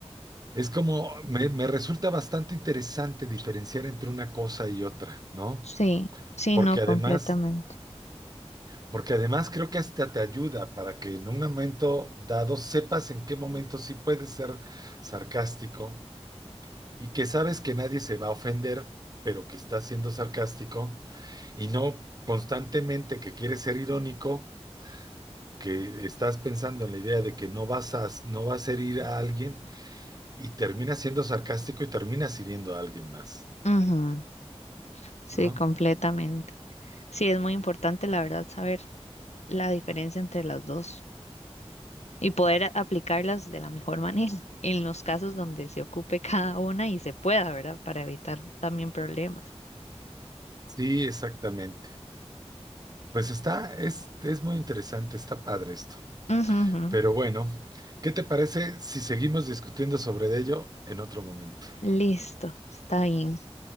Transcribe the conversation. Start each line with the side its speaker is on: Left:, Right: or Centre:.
Right: es como, me, me resulta bastante interesante diferenciar entre una cosa y otra, ¿no?
Left: Sí, sí,
Right: Porque
Left: no,
Right: además,
Left: completamente.
Right: porque además creo que hasta te ayuda para que en un momento dado sepas en qué momento sí puedes ser sarcástico y que sabes que nadie se va a ofender, pero que estás siendo sarcástico y no constantemente que quieres ser irónico. que estás pensando en la idea de que no vas a, no vas a herir a alguien Y terminas siendo sarcástico y terminas hiriendo a alguien más,
Left: Ujú, ujú, Sí,
Right: ¿no?
Left: completamente. Sí, es muy importante, la verdad, saber la diferencia entre las dos y poder a- aplicarlas de la mejor <laughs> manera en los casos donde se ocupe cada una y se pueda, ¿verdad? Para evitar también problemas.
Right: Sí, exactamente. Pues está, es, es muy interesante, está padre esto.
Left: Ujú, ujú.
Right: Pero bueno, ¿qué te parece si seguimos discutiendo sobre ello en otro momento?
Left: Listo, está bien.